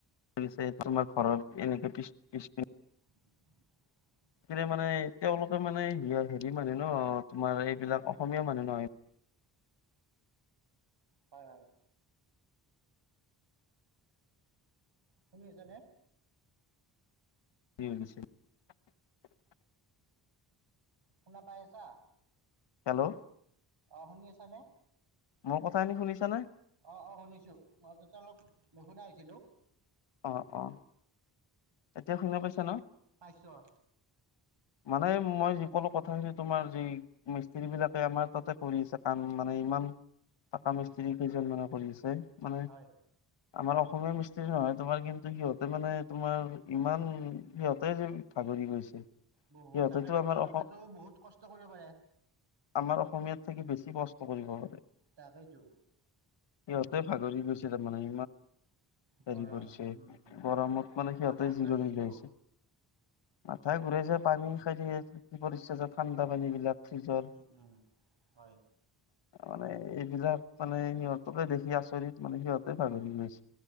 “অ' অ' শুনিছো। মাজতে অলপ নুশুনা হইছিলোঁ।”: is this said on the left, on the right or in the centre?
Right